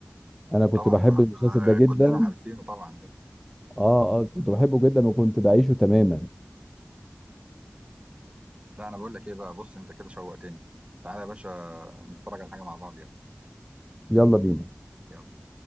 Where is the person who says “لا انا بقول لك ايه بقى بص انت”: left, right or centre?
Right